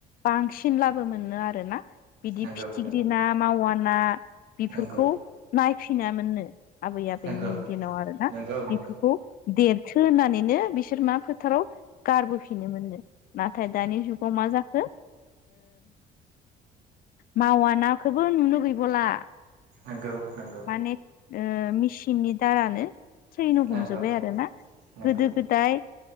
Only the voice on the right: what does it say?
नंगौ
नंगौ
नंगौ नंगौ
नंगौ
नंगौ
नंगौ
नंगौ नंगौ
नंगौ
नंगौ